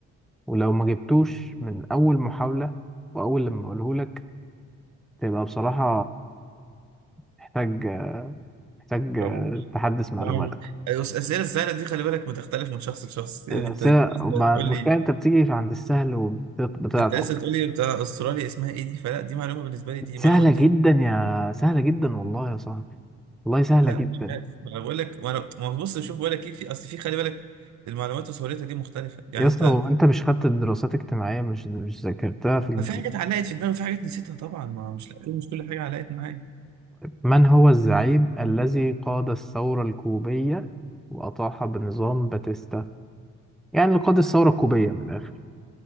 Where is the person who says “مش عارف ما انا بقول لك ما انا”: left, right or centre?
Right